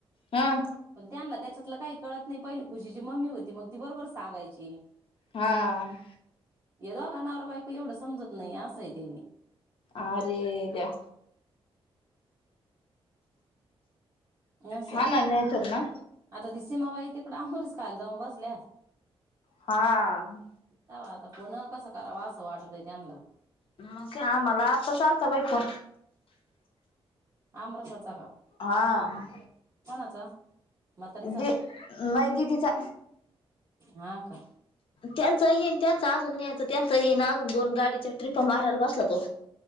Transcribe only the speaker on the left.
हा
हा आ
आरे देवा!
हा ना नाही तर ना
हा आ
मग काय आम्हाला आता चालता बाई फोन
हा
दि नाय दिदीचा
त्यांचा येईन त्यांचा अजून न्यायच त्यांचा येईना अजून दोन गाडीच्या ट्रिपा मारायला बसला तो